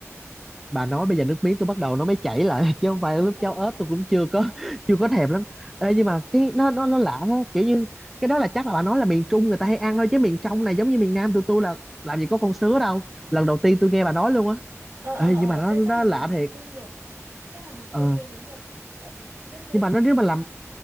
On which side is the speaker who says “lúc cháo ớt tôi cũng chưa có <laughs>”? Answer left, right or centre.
Centre